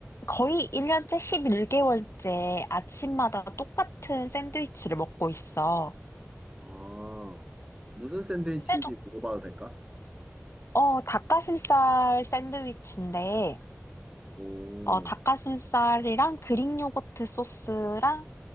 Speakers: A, on the left; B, on the right.
A: 거의 1년째 11개월째 아침마다 똑같은 샌드위치를 먹고 있어.
B: 아, 무슨 샌드위치인지
A: 근데도,
B: 물어봐도 될까?
A: 어, 닭가슴살 샌드위치인데,
B: 오,
A: 어, 닭가슴살이랑 그릭 요거트 소스랑